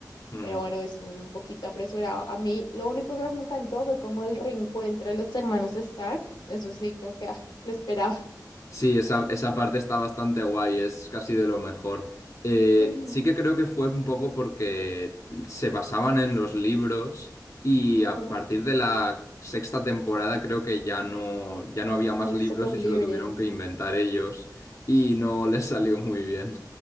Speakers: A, on the left; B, on the left.
A: Mm.
B: pero bueno, es un poquito apresurado. A mí lo único que me encantó fue como el reencuentro de los hermanos Stark, eso sí, como que ah, lo esperaba.
A: Sí, esa, esa parte está bastante guay, es casi de lo mejor. Eh,
B: Ujú,
A: sí que creo que fue un poco porque se basaban en los libros y
B: ujú.
A: a partir de la sexta temporada creo que ya no, ya no había más
B: Ya
A: libros
B: les tocó
A: y
B: libre.
A: se lo tuvieron que inventar ellos y no <laughs> les salió muy bien.